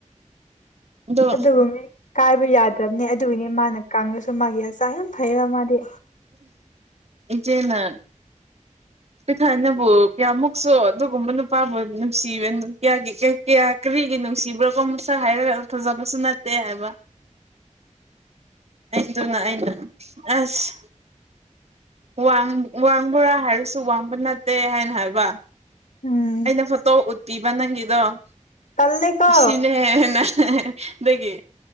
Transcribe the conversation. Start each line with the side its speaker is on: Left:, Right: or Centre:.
Right: ꯑꯗꯣ
Left: ꯑꯗꯨꯕꯨꯅꯤ ꯀꯥꯏꯕ ꯌꯥꯗꯕꯅꯦ ꯑꯗꯨꯒꯤꯅꯤ ꯃꯥꯅ ꯀꯥꯡꯅꯁꯨ ꯃꯥꯒꯤ ꯍꯛꯆꯥꯡ ꯌꯥꯝ ꯐꯩꯕ ꯃꯥꯗꯤ
Right: ꯏꯆꯦꯅ ꯄꯤꯊꯥꯏꯅꯕꯨ ꯀꯌꯥꯃꯨꯛꯁꯨ ꯑꯗꯨꯒꯨꯝꯕ ꯅꯨꯄꯥꯕꯨ ꯅꯨꯡꯁꯤꯕꯌꯥꯒꯤ ꯀꯌꯥ ꯀꯔꯤꯒꯤ ꯅꯨꯡꯁꯤꯕ꯭ꯔꯥꯀꯣ ꯃꯁꯥ ꯍꯥꯏꯔꯒ ꯐꯖꯕꯁꯨ ꯅꯠꯇꯦ ꯍꯥꯏꯕ ꯑꯩꯗꯨꯅꯦ ꯑꯩꯅ ꯑꯁ ꯋꯥꯡ ꯋꯥꯡꯕꯣꯔꯥ ꯍꯥꯏꯔꯁꯨ ꯋꯥꯡꯕ ꯅꯠꯇꯦ ꯍꯥꯏꯅ ꯍꯥꯏꯕ
Left: ꯎꯝ
Right: ꯑꯩꯅ ꯐꯣꯇꯣ ꯎꯠꯄꯤꯕ ꯅꯪꯒꯤꯗꯣ
Left: ꯇꯜꯂꯦꯀꯣ
Right: ꯁꯤꯅꯦꯅ ꯍꯦꯍꯦ ꯑꯗꯒꯤ